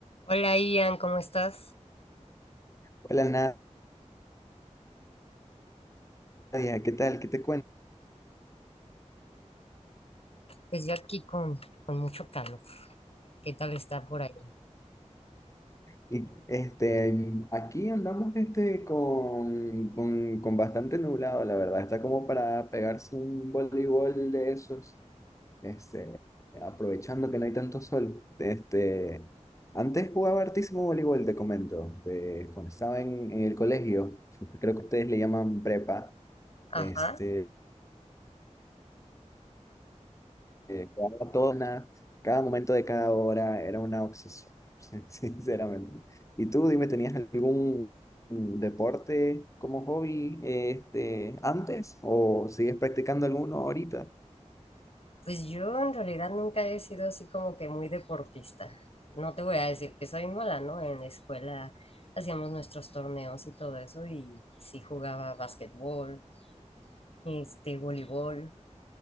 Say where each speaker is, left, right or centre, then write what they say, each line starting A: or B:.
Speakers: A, on the left; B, on the left.
A: Hola Ian, ¿cómo estás?
B: Hola Nadia, ¿qué tal? ¿Qué te cuento?
A: Pues yo aquí con, con mucho calor. ¿Qué tal está por ahí?
B: Y, este, mm, aquí andamos este, con, con, con bastante nublado, la verdad. Está como para pegarse un voleibol de esos, este, aprovechando que no hay tanto sol. Este, antes jugaba hartísimo voleibol, te comento, de- cuando estaba en, en el colegio, creo que ustedes le llaman prepa.
A: Ajá.
B: Este, eh, cada tona, cada momento de cada hora era una obsesión, <laughs> sin- sinceramente. Y tú, dime, ¿tenías algún mm, deporte como hobby este, antes o sigues practicando alguno ahorita?
A: Pues yo en realidad nunca he sido así como que muy deportista. No te voy a decir que soy mala, ¿no? En la escuela hacíamos nuestros torneos y todo eso y sí jugaba básquetbol, este, voleibol,